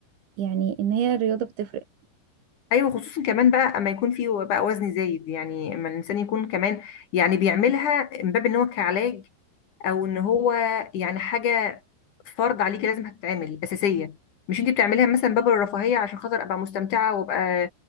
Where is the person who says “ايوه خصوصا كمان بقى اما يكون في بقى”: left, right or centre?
Left